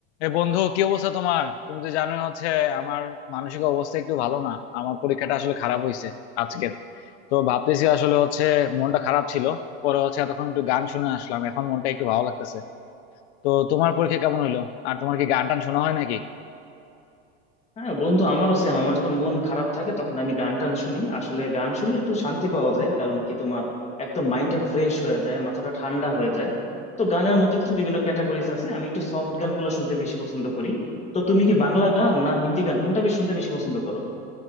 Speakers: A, on the left; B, on the left.
A: এ বন্ধু কি অবস্থা তোমার তুমি তো জানোই হচ্ছে আমার মানসিক অবস্থা একটু ভালো না আমার পরীক্ষাটা আসলে খারাপ হয়েছে আজকের তো ভাবতেছি আসলে হচ্ছে মনটা খারাপ ছিল পরে হচ্ছে তখন একটু গান শুনে আসলাম এখন মনটা একটু ভালো লাগতেছে তো তোমার পরীক্ষা কেমন হইলো আর তোমার কি গান টান শোনা হয় নাকি
B: হ্যাঁ বন্ধু আমারও সেম আমার যখন মন খারাপ থাকে তখন আমি গান টান শুনি আসলে গান শুনলে একটু শান্তি পাওয়া যায় কারণ কি তোমার একদম মাইন্ডটা ফ্রেশ হয়ে যায় মাথাটা ঠান্ডা হয়ে যায় তো গানের মধ্যে তো বিভিন্ন ক্যাটাগরিজ আছে আমি একটু সফট গানগুলো শুনতে বেশি পছন্দ করি তো তুমি কি বাংলা গান না হিন্দি গান কোনটা বেশি শুনতে বেশি পছন্দ করো